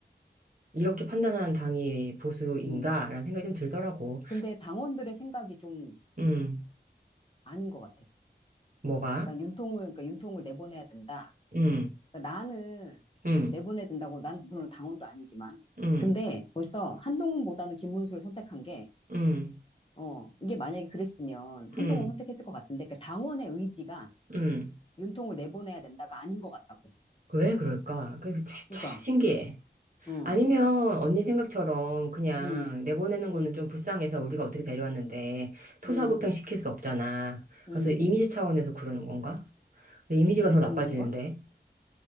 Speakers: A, on the right; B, on the left.
A: 이렇게 판단하는 당이 보수인가?
B: 음.
A: 라는 생각이 좀 들더라고.
B: 근데 당원들의 생각이 좀
A: 음,
B: 아닌 것 같아.
A: 뭐가?
B: 그러니까 윤통을, 그러니까 윤통을 내보내야 된다.
A: 음,
B: 그러니까 나는
A: 음,
B: 내보내야 된다고, 난 물론 당원도 아니지만.
A: 음,
B: 근데 벌써 한동훈보다는 김문수를 선택한 게,
A: 음,
B: 어, 이게 만약에 그랬으면 한동훈
A: 음,
B: 선택했을 것 같은데, 그 당원의 의지가
A: 음.
B: 윤통을 내보내야 된다가 아닌 것 같다고.
A: 왜 그럴까? 그게
B: 그러니까,
A: 참 신기해.
B: 어,
A: 아니면 언니 생각처럼 그냥
B: 음,
A: 내보내는
B: 음,
A: 거는 좀 불쌍해서 우리가 어떻게 데려왔는데 토사구팽
B: 음,
A: 시킬 수 없잖아.
B: 음,
A: 그래서 이미지 차원에서 그러는 건가? 근데 이미지가
B: 그건
A: 더 나빠지는데.
B: 건가?